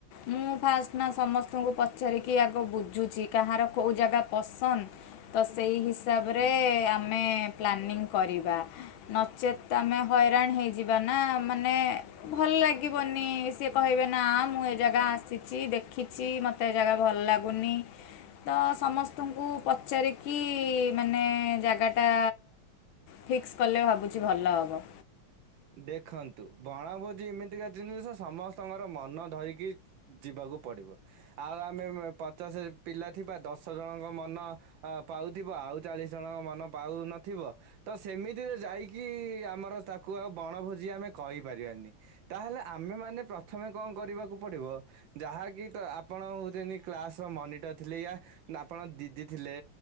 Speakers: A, on the left (about 75°); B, on the right (about 70°).
A: ମୁଁ ଫାଷ୍ଟ ନା ସମସ୍ତଙ୍କୁ ପଚାରିକି ଆଗ ବୁଝୁଛି କାହାର କୋଉ ଜାଗା ପଶ ହନ୍ ତ ସେଇ ହିସାବରେ ଆମେ ପ୍ଲାନିଂ କରିବା। ନଚେତ୍ ଆମେ ହଇରାଣ ହେଇଯିବା ନା ମାନେ ଭଲ ଲାଗିବନି ସିଏ କହିବେ ନା ମୁଁ ଏ ଜାଗା ଆସିଛି ଦେଖିଛି ମ ତେ ଜାଗା ଭଲ୍ ଲାଗୁନି ତ ସମସ୍ ତଙ୍କୁ ପଚାରିକି ମାନେ ଜାଗାଟା ଫିକ୍ସ କଲେ ଭାବୁଛି ଭଲ ହବ।
B: ଦେଖନ୍ତୁ ବଣଭୋଜି ଏମିତିକା ଜିନିଷ ସମସ୍ତଙ୍କର ମନ ଧରିକି ଯିବାକୁ ପଡ଼ିବ ଆଉ ଆମେ-ମେ ପଚାଶେ ପିଲା ଥିବା ଦଶ ଜଣଙ୍କ ମନ ଆ ପାଉଥିବ ଆଉ ଚାଳିଶ ଜଣଙ୍କ ମନ ପାଉନଥିବ। ତ ସେମିତିରେ ଯାଇକି ଆମର ତାକୁ ଆଉ ବଣଭୋଜି ଆମେ କହିପାରିବାନି। ତାହେଲେ ଆମେ ମାନେ ପ୍ରଥମେ କଣ କରିବାକୁ ପଡି଼ବ ଯାହାକି ତ ଆପଣ ହୋଉ ଯେଏନ୍ତି କ୍ଲାସ ର ମନିଟର ଥିଲେ ୟା ବା ଆପଣ ଦିଦି ଥିଲେ